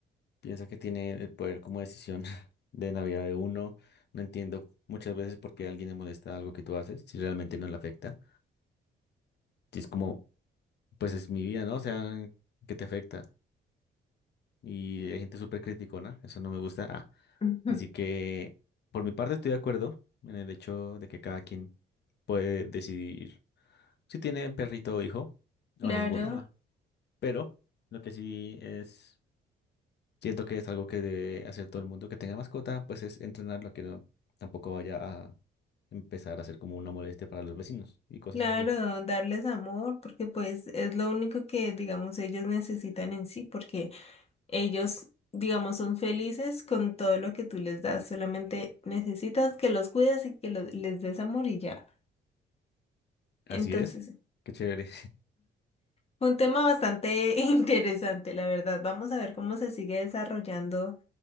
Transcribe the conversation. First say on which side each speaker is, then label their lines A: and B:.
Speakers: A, on the left; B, on the left.
A: piensa que tiene el poder como decisión <laughs> de la vida de uno. No entiendo muchas veces por qué a alguien le molesta algo que tú haces si realmente no le afecta. Si es como, pues es mi vida, ¿no? O sea, ¿qué te afecta? Y hay gente súper criticona, eso no me gusta. Ah,
B: Ujú.
A: así
B: <laughs>
A: que por mi parte estoy de acuerdo en el hecho de que cada quien puede decidir Si tiene perrito o hijo,
B: Claro,
A: o ninguno, ah. Pero lo que sí es, siento que es algo que debe hacer todo el mundo que tenga mascota, pues es entrenarlo a que no tampoco vaya a empezar a ser como una molestia para los vecinos y cosas
B: claro,
A: así.
B: darles amor, porque pues es lo único que, digamos, ellos necesitan en sí, porque ellos, digamos, son felices con todo lo que tú les das, solamente necesitas que los cuides y que lo- les des amor y ya.
A: Así
B: Entonces,
A: es. Qué chévere.
B: fue un tema bastante <laughs> interesante, la verdad. Vamos a ver cómo se sigue desarrollando